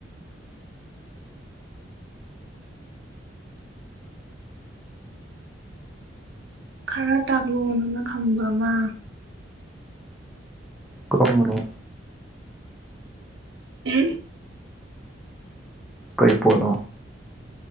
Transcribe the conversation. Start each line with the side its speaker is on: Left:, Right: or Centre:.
Right: ꯈꯔ ꯇꯥꯛꯂꯣꯅꯪꯅ ꯈꯪꯕ ꯑꯃ
Centre: ꯀꯔꯝꯕꯅꫭ
Right: ꯎꯝ
Centre: ꯀꯔꯤ ꯄꫭꯠꯅꯣ